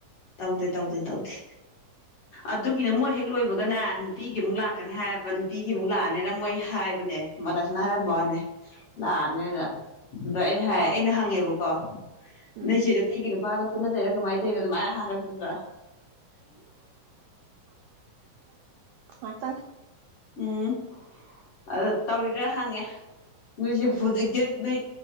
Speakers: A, on the left; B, on the right.
A: ꯇꯧꯗꯦ ꯇꯧꯗꯦ ꯇꯧꯗꯦ ꯑꯗꯨꯒꯤꯅ ꯃꯣꯏ ꯍꯦꯛ ꯂꯣꯏꯕꯒꯅꯦ ꯅꯨꯄꯤꯒꯤ ꯑꯃꯨꯛ ꯂꯥꯛꯀꯅꯤ ꯍꯥꯏꯔꯕ ꯅꯨꯄꯤꯒꯤ ꯑꯃꯨꯛ ꯂꯥꯛꯑꯅꯤꯅ ꯃꯣꯏ ꯍꯥꯏꯕꯅꯦ ꯃꯗꯥꯁꯤꯅ ꯍꯥꯏꯔꯝꯕꯅꯦ ꯂꯥꯛꯑꯅꯤꯔ ꯑꯗꯣ ꯑꯩꯩꯅ ꯍꯥꯏ
B: ꯑꯣ
A: ꯑꯩꯅ ꯍꯪꯉꯦꯕꯀꯣ
B: ꯎꯝ
A: ꯅꯣꯏꯁꯦ ꯅꯨꯄꯤꯒꯤ ꯅꯨꯄꯥꯒ ꯄꯨꯟꯅ ꯆꯩꯔꯛ ꯉꯥꯏ ꯇ ꯈꯔꯗ
B: ꯃ ꯇꯪꯒ
A: ꯎꯝ ꯑ ꯇꯧꯔꯤꯔꯥ ꯍꯪꯉꯦ ꯅꯣꯏ ꯁꯤ
B: ꯎꯝ
A: ꯄꯨꯖꯤ ꯀꯦ ꯅꯣꯏ